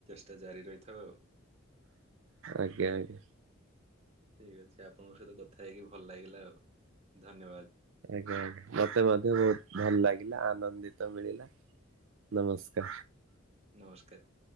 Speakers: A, on the right (about 30°); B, on the right (about 65°).
A: ତ ଜାରି ରହିଥାଉ ଆଉ।
B: ଆଜ୍ଞା ଆଜ୍ଞା।
A: ଠିକ୍ ଅଛି ଆପଣଙ୍କ ସହିତ କଥା ହେଇକି ଭଲ ଲାଗିଲା ଆଉ ଧନ୍ୟବାଦ।
B: ଆଜ୍ଞା ମତେ ମଧ୍ୟ ବହୁତ୍ ଭଲ ଲାଗିଲା ଆନନ୍ଦିତ ମିଳିଲା। ନମସ୍କାର।
A: ନମସ୍କାର।